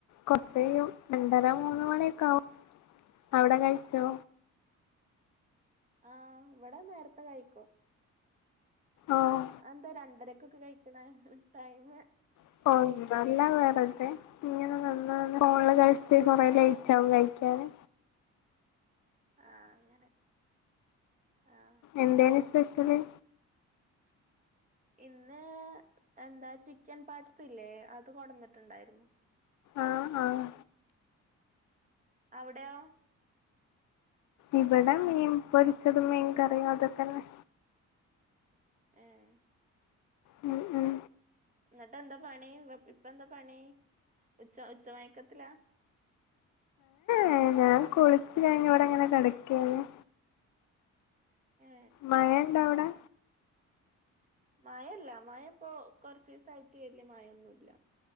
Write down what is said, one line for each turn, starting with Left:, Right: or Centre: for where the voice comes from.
Left: കൊറച്ചഴിയും രണ്ടര മൂന്ന് മണിയൊക്കെ ആവും അവിടെ കഴിച്ചോ.
Right: ആഹ് ഇവടെ നേരത്തെ കഴിക്കും
Left: ആഹ്
Right: അഹ് എന്താ രണ്ടരക്കൊക്കെ കഴിക്കണത് ടൈമ്
Left: <unintelligible> അല്ല വെറുതെ ഇങ്ങനെ നിന്ന് നിന്ന് ഫോണില് കളിച്ച് കൊറെ ലേറ്റ് ആവും കഴിക്കാന്
Right: ആഹ് അങ്ങനെ ആ
Left: എന്തേനിം സ്പെഷ്യല്?
Right: ഇന്ന് എന്താ ചിക്കൻ പാർട്സ് ഇല്ലേ അത് കൊടന്നിട്ടുണ്ടായിരുന്നു
Left: ആഹ് ആഹ്
Right: അവിടെയോ?
Left: ഇവിടെ മീൻ പൊരിച്ചതും മീൻ കറിയും അതൊക്കെന്നെ
Right: ഏഹ്
Left: ഉം ഉം
Right: എന്നിട്ടെന്താ പണി ഇപ്പെന്താ പണി ഉച്ച ഉച്ച മയക്കത്തിലാ
Left: ഏഹ് ഞാൻ കുളിച്ച് കഴിഞ്ഞ് ഇവടെങ്ങനെ കെടക്കയ്നിം
Right: ഏ
Left: മഴണ്ടോ അവിടെ
Right: മഴഇല്ല മഴ ഇപ്പോ കൊറച്ചിസായിട്ട് വല്ല്യ മഴയൊന്നുല്ല